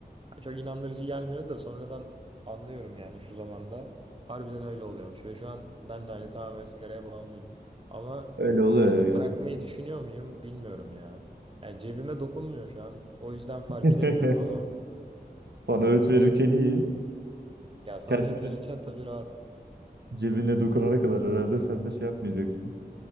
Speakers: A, on the right (about 30°); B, on the right (about 85°).
A: Yani çok inandırıcı gelmiyordu da sonradan anlıyorum yani şu zamanda. Harbiden öyle oluyormuş. Ve şu an ben de hani tamamen sigaraya bağımlıyım. Ama
B: Öyle oluyor
A: yani
B: ya gerçekten.
A: bırakmayı düşünüyor muyum bilmiyorum ya. Yani cebime dokunmuyor şu an. O yüzden fark
B: <laughs>
A: edemiyorum ama
B: Bana öğüt
A: aynen.
B: verirken iyi.
A: Ya sana
B: Kendim
A: <laughs> öğüt verirken tabii rahat. <laughs>
B: Cebine dokunana kadar herhalde sen de şey yapmayacaksın.